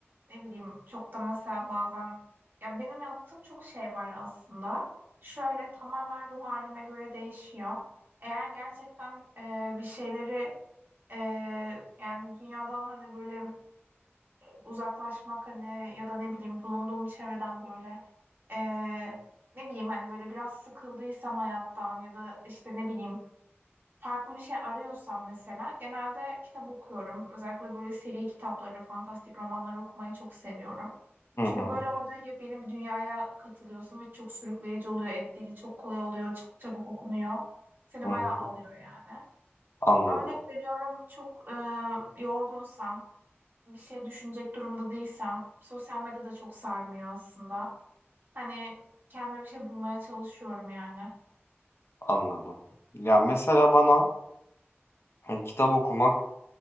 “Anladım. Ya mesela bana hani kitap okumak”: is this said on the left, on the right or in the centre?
Left